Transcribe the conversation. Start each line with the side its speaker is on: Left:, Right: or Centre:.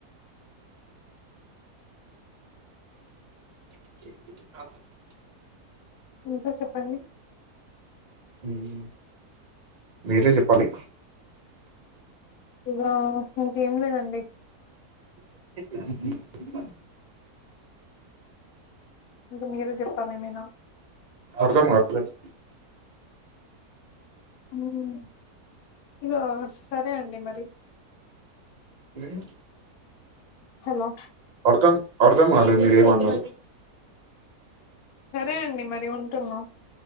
Right: <unintelligible>
Left: ఇంకా చెప్పండి
Right: ఉమ్ మీరే చెప్పాలి
Left: ఇంకా ఇంకేం లేదండి
Right: <unintelligible>
Left: ఇంకా మీరే చెప్పాలి ఏమైనా
Right: అర్థం అవట్లేదు
Left: ఉమ్ ఇంకా సరే అండి మరి
Right: ఉమ్
Left: హలో
Right: అర్ధం అర్థం కాలేదు మీరు ఏమి అన్నారో
Left: సరే అండి మరి ఉంటున్నా